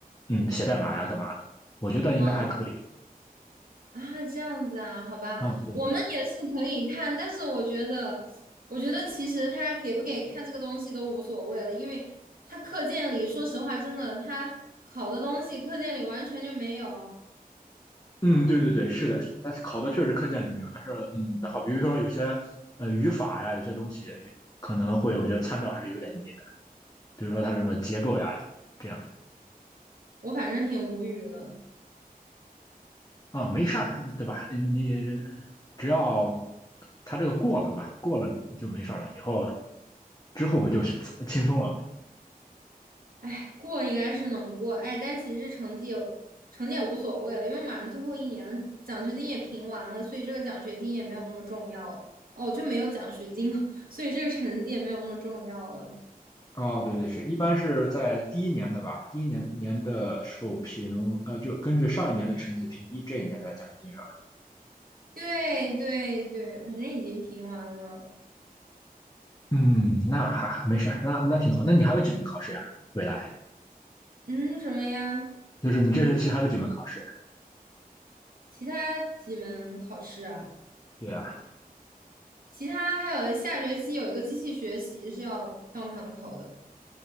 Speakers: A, on the left (about 25°); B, on the right (about 70°).
A: 嗯，写代码呀干嘛的，我觉得应该还可以。
B: 嗯。啊，这样子啊，好吧，
A: 嗯，对对，
B: 我们也是可以看，但是我觉得，我觉得其实他给不给看这个东西都无所谓了，因为他课件里，说实话，真的他考的东西课件里完全就没有，
A: 嗯，对对对，是的，是的但是考的确实课件里没有，但是嗯，好，比如说有些呃语法呀，有些东西有可能会，我觉得参照还是有点意义的，比如说它什么结构呀这样。
B: 我反正挺无语的。
A: 啊，没事儿，对吧？你只要他这个过了吧，过了就没事儿了，以后之后不就 <laughs> 轻松了吗？
B: 哎，过应该是能过，哎，但其实成绩也成绩也无所谓了，因为马上最后一年了，奖学金也评完了，所以这个奖学金也没有那么重要了，哦，就没有奖学金了，所以这个成绩也没有那么重要了。
A: 哦，对对是，一般是在第一年的吧，第一年年的授评，呃，就根据上一年的成绩评低这一年的奖学金是
B: 对对对，反正已经评完了。
A: 嗯，那哈没事儿，那那挺好。那你还有几门考试呀？未来
B: 嗯，什么呀？
A: 就是你这学期还有几门考试？
B: 其他几门考试啊？
A: 对啊，
B: 其他还有下学期有一个机器学习是要当堂考的。